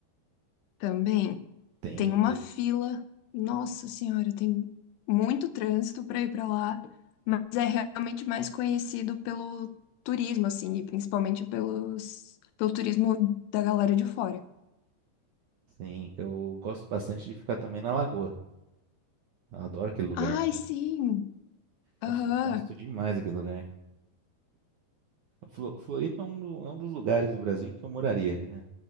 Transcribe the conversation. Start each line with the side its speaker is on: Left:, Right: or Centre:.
Left: Também
Right: Tem,
Left: tem uma
Right: de-
Left: fila. Nossa Senhora, tem muito trânsito para ir para lá, mas é realmente mais conhecido pelo turismo, assim, e principalmente pelos, pelo turismo da galera de fora.
Right: tem, eu gosto bastante de ficar também na Lagoa. Eu adoro aquele lugar.
Left: Ai, sim! Aham.
Right: Nossa, eu gosto demais daquele lugar. Flo- Floripa é um, do- é um dos lugares do Brasil em que eu moraria. né?